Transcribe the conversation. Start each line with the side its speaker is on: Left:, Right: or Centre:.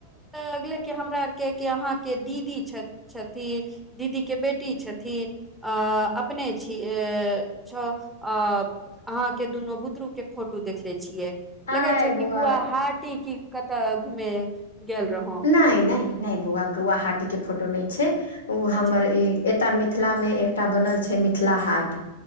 Centre: <unintelligible> हमरा आर के के अहाँके दीदी छथि छथिन दीदीे के बेटी छथिन आ अपने छीिय छ अ अहाँके दुनू बुतरू के फोटो देखले छियै लगे
Left: आय
Centre: छै कि
Left: बौआ
Centre: गुवहाटी की कतऽ घुमे गेल रहौ
Left: नहि
Centre: अहाँ
Left: नहि नहि बौआ गौवा हाटी के फोटो नहि छै ओ
Centre: अच्छा
Left: हमर एतटा मिथिला मे एकटा बनल छै मिथिला हाट।